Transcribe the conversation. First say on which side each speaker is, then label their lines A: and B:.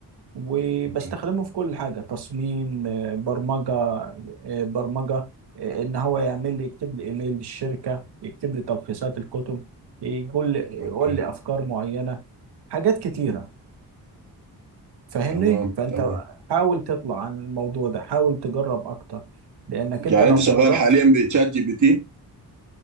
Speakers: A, on the right; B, on the right.
A: وبستخدمه
B: اوكي
A: في كل حاجة تصميم آه، برمجة آه، برمجة آه، إن هو يعمل لي يكتب لي إيميل للشركة يكتب لي تلخيصات الكتب يقول لي يقول
B: اوكي
A: لي أفكار معينة حاجات كتيرة فاهمني
B: تمام
A: فانت
B: تمام
A: حاول تطلع عن الموضوع ده حاول تجرب اكتر لانك
B: يعني
A: انت لو
B: انت
A: مجربتش
B: شغال حاليا بتشات جي بي تي